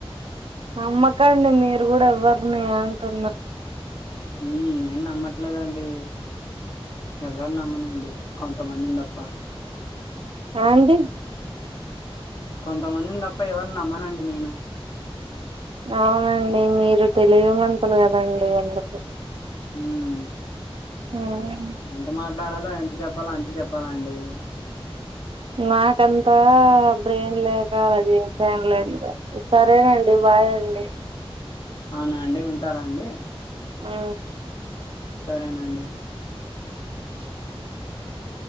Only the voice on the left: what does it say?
మ్మ్ నేను నమ్మట్లేదండి ఎవర్ని నమ్మనండి కొంతమందిని తప్ క్కా
కొంతమందిని తప్ప ఎవర్ని నమ్మనండి నేను
హ్మ్
ఎంత మాట్లాడాలో ఎంత చెప్పాలో అంత చెప్ ప్పనండి
అవునాండి ఉంటారా అండి.
సరేనండి.